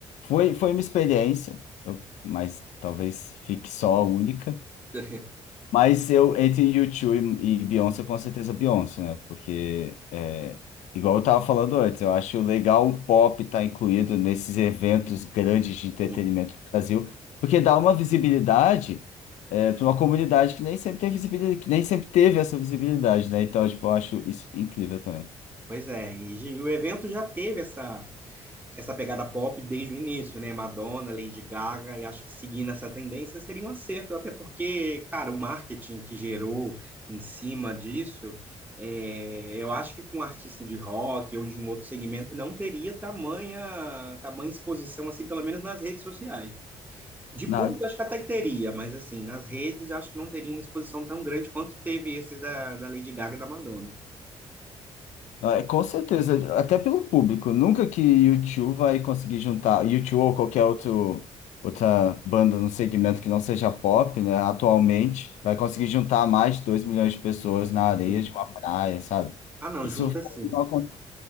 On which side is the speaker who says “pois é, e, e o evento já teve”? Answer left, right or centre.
Right